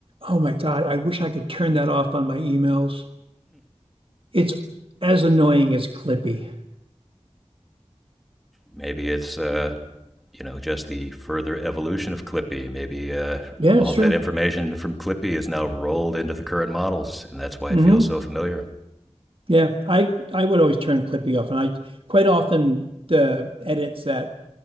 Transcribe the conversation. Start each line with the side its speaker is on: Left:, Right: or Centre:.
Right: Oh my God, I wish I could turn that off on my emails. It's as annoying as Clippy.
Centre: Maybe it's uh, you know just the further evolution of Clippy. Maybe uh,
Right: Yeah,
Centre: all
Right: it's true.
Centre: that information from Clippy is now rolled into the current models, and that's why
Right: hmm
Centre: it feels so familiar.
Right: Yeah, I I would always turn Clippy off, and I quite often the edits that